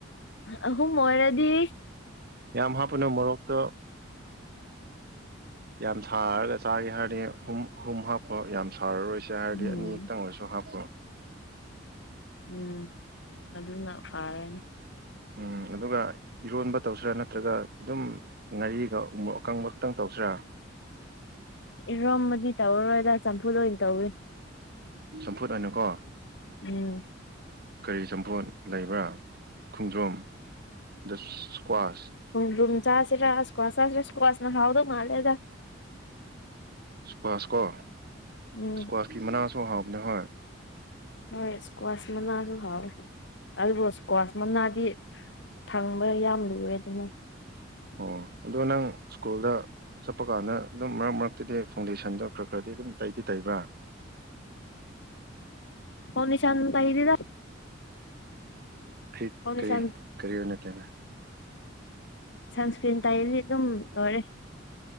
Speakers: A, on the left; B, on the right.
A: ꯑꯍꯨꯝ ꯑꫭꯏꯔꯗꯤ
B: ꯌꯥꯝ ꯍꯥꯞꯄꯨꯅꯨ ꯃꯣꯔꯣꯛꯇꫭ ꯌꯥꯝ ꯁꯥꯔꯒ ꯆꯥꯒꯦ ꯍꯥꯏꯔꯗꯤ ꯑꯨꯝ ꯑꯍꯨꯝ ꯍꯥꯞꯄꫭ ꯌꯥꯝ ꯁꯥꯔꯔꯣꯏꯁꯤ ꯆꯥꯔꯗꯤ
A: ꯎꯝ
B: ꯑꯅꯤꯈꯛꯇꯪ ꯑꯣꯏꯔꯁꯨ ꯍꯥꯞꯄꫭ
A: ꯎꯝ ꯑꯗꯨꯅ ꯐꯔꯅꯤ
B: ꯎꯝ ꯑꯗꯨꯒ ꯏꯔꯣꯟꯕ ꯇꯧꯁꯤꯔꯥ ꯅꯠꯇ꯭ꯔꯒ ꯑꯗꯨꯝ ꯉꯥꯔꯤꯒ ꯎꯃꯣꯛ ꯑꯀꯪꯕ ꯈꯛꯇꯪ ꯇꯧꯁꯤꯔꯥ
A: ꯏꯔꯣꯝꯕꯗꯤ ꯇꯧꯔꯔꯣꯏꯗ ꯆꯝꯐꯨꯠ ꯑꯣꯏꯅ ꯇꯧꯋꯦ
B: ꯆꯝꯐꯨꯠ ꯑꯣꯏꯅꯀꯣ
A: ꯎꯝ
B: ꯀꯔꯤ ꯆꯝꯐꯣꯠ ꯂꯩꯕ꯭ꯔꯥ ꯈꯣꯡꯗ꯭ꯔꯨꯝ ꯗꯁ꯭ꯀ꯭ꯋꯥꯁ
A: ꯈꫭꯡꯗꯔꯨꯝ ꯆꯥꯥꯁꯤꯔ ꯏꯁꯀꯋꯥꯁ ꯆꯥꯥꯁꯤꯔ ꯏꯁꯀꯋꯥꯁꯅ ꯍꯥꯎꯗꯧ ꯃꯥꯜꯂꯦꯗ
B: ꯏꯁꯀ꯭ꯋꯥꯁ ꯀꯣ
A: ꯎꯝ
B: ꯏꯁꯀ꯭ꯋꯥꯁꯀꯤ ꯃꯅꯥꯁꯨ ꯍꯥꯎꯕꯅꯦ ꯍꯣꯏ
A: ꯍꯣꯏ ꯏꯁꯀ꯭ꯋꯥꯁ ꯃꯅꯥꯁꯨ ꯍꯥꯎꯋꯦ ꯑꯗꯨꯕꯨ ꯏꯁꯀ꯭ꯋꯥꯁ ꯃꯅꯥꯗꯤ ꯊꯪꯕ ꯌꯥꯝ ꯂꯨꯋꯦ ꯑꯗꯨꯅ
B: ꯑꯣ ꯑꯗꯣ ꯅꯪ ꯏꯁ꯭ꯀꯨꯜꯗ ꯆꯠꯄ ꯀꯥꯟꯗ ꯑꯗꯨꯝ ꯃꯔꯛ ꯃꯔꯛꯇꯗꯤ ꯐꯥꯎꯟꯗꯦꯁꯟꯗꯣ ꯈꯔ ꯈꯔꯗꯤ ꯑꯗꯨꯝ ꯇꯩꯗꯤ ꯇꯩꯕ꯭ꯔꯥ
A: ꯐꯥꯎꯟꯗꯦꯁꯟ ꯇꯩꯗꯦꯗ
B: ꯐꯤ
A: ꯐꯥꯎꯟꯗꯦꯁꯟ
B: ꯀꯔꯤ ꯀꯔꯤ ꯑꫭꯏꯅ ꯇꯩꯕ
A: ꯁꯟꯁꯀ꯭ꯔꯤꯟ ꯇꯩꯗꯤ ꯑꯗꯨꯝ ꯂꯣꯏꯔꯦ